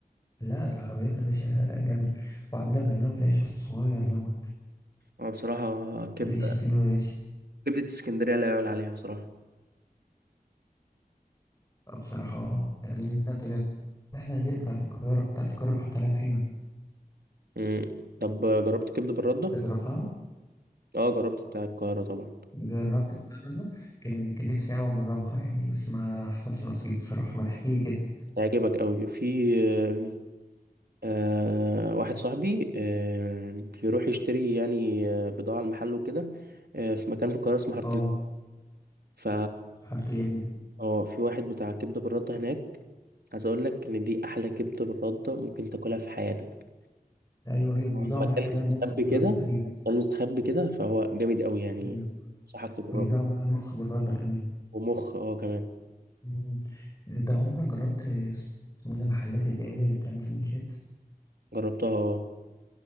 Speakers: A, on the left (about 20°); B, on the right (about 80°).
A: لا العربيات يا باشا جامدة وعندنا بيعملوها في العيش الصغير دوت
B: آه، بصراحه كبده
A: العيش الفينو العيش
B: كبده اسكندريه لا يعلى عليها بصراحه
A: آه، بصراحة اه يعني لنا طريقة احنا غير بتاعة القاهرة بتاعة القاهرة بيحط عليها طحينة
B: مم. طب آه، جربت كبده بالرده
A: انت جربتها؟
B: اه جربت بتاع القاهرة طبعا
A: جربت دي الرياضة كان كان نفسي أوي أجربها يعني بس ما حصلش نصيب بصراحة ما تحكيلي كده
B: هيعجبك قوي في آه آه، واحد صاحبي آه بيروح يشتري يعني آه، بضاعة المحل وكده آه في مكان في القاهرة اسمه حارة
A: اه
B: ف
A: حارة اليهود
B: اه في واحد بتاع كبدة بالردة هناك عايز اقول لك ان دي احلى كبدة بالردة ممكن تاكلها في حياتك
A: أيوه أيوه بيبيعوا
B: في مكان
A: معاها كمان
B: مستخبي
A: مخ بالردة
B: كده
A: تقريبا
B: مكان مستخبي كده فهو جامد قوي يعني
A: أيوه
B: انصحك تجربه
A: بيبيعوا معاها مخ بالردة كمان
B: ومخ اه كمان
A: مم. أنت عمرك جربت اسمه ده محلات البقالة اللي بتعمل سندوتشات؟
B: جربتها اه